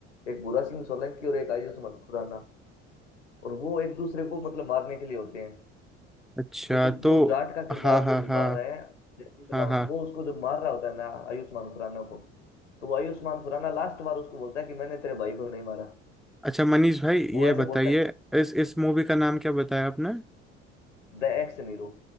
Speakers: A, on the left (about 80°); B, in the centre.
A: एक भूरा सिंह सोलंकी और एक आयुष मत- खुराना और वो एक दूसरे को मतलब मारने के लिए होते हैं
B: अच्छा
A: तो जब वो
B: तो
A: जाट का किरदार
B: हाँ हाँ
A: जो निभा
B: हाँ
A: रहा है जयदीप
B: हाँ
A: लाहौट
B: हाँ
A: वो उसको जब मार रहा होता है ना आयुष्मान खुराना को तो वो आयुष्मान खुराना लास्ट बार उसको बोलता है कि मैंने तेरे भाई को नहीं मारा
B: अच्छा मनीष भाई
A: वो
B: ये
A: ऐसे
B: बताइए
A: बोलता है
B: इस इस मूवी का नाम क्या बताया आपने
A: द एक्स हीरो